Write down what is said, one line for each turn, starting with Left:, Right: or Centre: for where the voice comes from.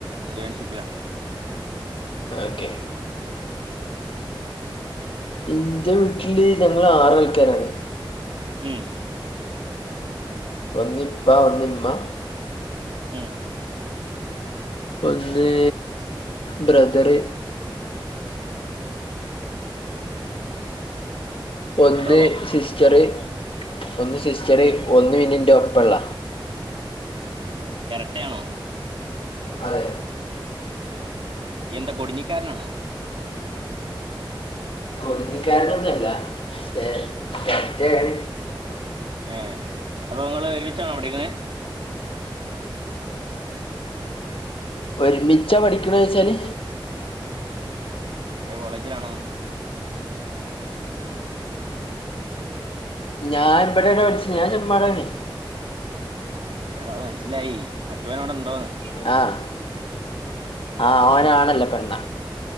Right: ഇന്റെൺഷിപ്പിലാ
Left: ഓക്കെ എന്റെ വീട്ടില് ഞങ്ങൾ ആറാൾക്കാരാണ്
Right: ഉം
Left: ഒന്നിപ്പ ഒന്നിമ്മ
Right: ഉം
Left: ഒന്ന് ബ്രദറ് ഒന്ന്
Right: അത്രേള്ളോ
Left: സിസ്റ്ററ് ഒന്ന് സിസ്റ്ററ് ഒന്ന് പിന്നെ എന്റെ ഒപ്പള്ള
Right: എരട്ടയാണോ
Left: അതെ
Right: നീ എന്താ കൊടുഞ്ഞിക്കാരനാണോ
Left: കൊടിഞ്ഞികാരനൊന്നുമല്ല പക്ഷെ എരട്ടയാണ്
Right: ഏഹ് അപ്പോങ്ങള് ഒരുമിച്ചാണോ പഠിക്കുന്നത്
Left: ഒരുമിച്ച പഠിക്കണോയിച്ചാല്
Right: ഒരേ കോളേജിലാണോന്ന്
Left: ഞാൻ ഇവിടെടാ പഠിച്ച്ണ് ഞാൻ ചെമ്മാടാണ്
Right: എട അത് മനസ്സിലായി മറ്റവനോവിടെ ഉണ്ടോന്ന്
Left: ആഹ് ആ ഓൻ ആണല്ല പെണ്ണ